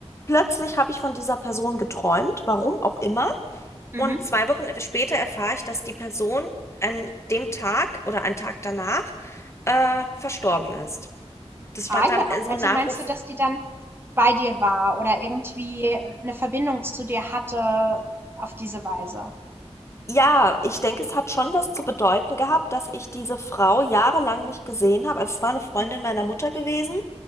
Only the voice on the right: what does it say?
Mhm.
Ah
ja,
also
meinst du, dass die dann bei dir war oder irgendwie eine Verbindung zu dir hatte auf diese Weise?
Mhm.